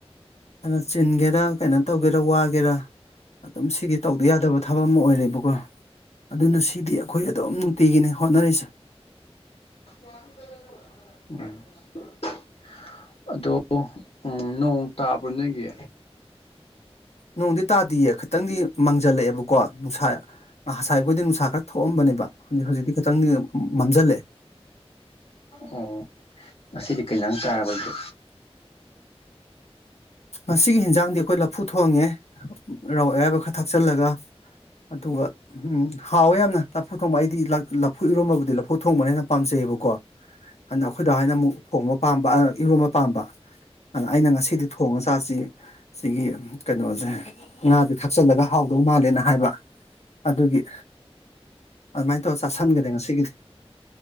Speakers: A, on the left; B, on the left.
A: ꯑꯗꯨꯅ ꯆꯤꯟꯒꯦꯔ ꯀꯩꯅꯣ ꯇꯧꯒꯦꯔꯥ ꯋꯥꯒꯦꯔ ꯑꯗꯨꯝ ꯁꯤꯗꯤ ꯇꯧꯗ ꯌꯥꯗꯕ ꯊꯕꯛ ꯑꯃ ꯑꯣꯏꯔꯦꯕꯀꯣ ꯑꯗꯨꯅ ꯁꯤꯗꯤ ꯑꯩꯈꯣꯏ ꯑꯗꯨꯝ ꯅꯨꯡꯇꯤꯒꯤꯅꯤ ꯍꯣꯠꯅꯔꯤꯁꯦ
B: <unintelligible> ꯑꯗꯣ ꯎꯝ ꯅꯣꯡ ꯇꯥꯕ꯭ꯔꯣ ꯅꯒꯤ
A: ꯅꯣꯡꯗꯤ ꯇꯥꯗꯌꯦ ꯈꯤꯇꯪꯗꯤ ꯃꯥꯡꯖꯜꯂꯛꯑꯦꯕꯀꯣ ꯅꯨꯡꯁꯥ ꯉꯁꯥꯏꯈꯣꯏꯗꯤ ꯅꯨꯡꯁꯥ ꯈꯔ ꯊꯣꯛꯑꯝꯕꯅꯤ ꯕ ꯍꯧꯖꯤꯛꯇꯤ ꯇꯪ ꯃꯝꯁꯤꯜꯂꯦ
B: ꯑꯣ ꯉꯁꯤꯗꯤ ꯀꯩꯩꯅꯪ ꯆꯥꯔꯕꯗ
A: ꯃꯁꯤꯒꯤ ꯍꯟꯖꯥꯡꯗꯤ ꯑꯩꯈꯣꯏ ꯂꯐꯨ ꯊꯣꯡꯉꯦ ꯔꯥꯎ ꯑꯌꯥꯏꯕ ꯈꯔ ꯊꯥꯛꯆꯤꯜꯂꯒ ꯑꯗꯨꯒ ꯍꯥꯎꯋꯦ ꯌꯥꯝꯅ ꯂꯐꯨ ꯊꯣꯡꯕ ꯑꯩꯗꯤ ꯂꯐꯨ ꯏꯔꯣꯝꯕꯕꯨꯗꯤ ꯂꯐꯨ ꯊꯣꯡꯕꯅ ꯍꯦꯟꯅ ꯄꯥꯝꯖꯩ ꯕꯨꯀꯣ ꯑꯗꯨꯗ ꯑꯩꯈꯣꯏꯗ ꯍꯥꯏꯅ ꯑꯃꯨꯛ ꯊꯣꯡꯕ ꯄꯥꯝꯕ ꯏꯔꯣꯟꯝꯕ ꯄꯥꯝꯕ ꯑꯗꯨꯗ ꯑꯩꯅ ꯉꯁꯤꯗꯤ ꯊꯣꯡ ꯑꯁꯁꯤ ꯁꯤꯒꯤ ꯀꯩꯅꯣꯁꯦ ꯉꯥꯁꯦ ꯊꯛꯆꯜꯂꯒ ꯍꯥꯎꯗꯧ ꯃꯥꯜꯂꯦꯅ ꯍꯥꯏꯕ ꯑꯗꯨꯒꯤ ꯑꯗꯨꯃꯥꯏꯅ ꯇꯧꯔ ꯆꯥꯁꯟꯒꯗꯦ ꯉꯁꯤꯒꯤꯗꯤ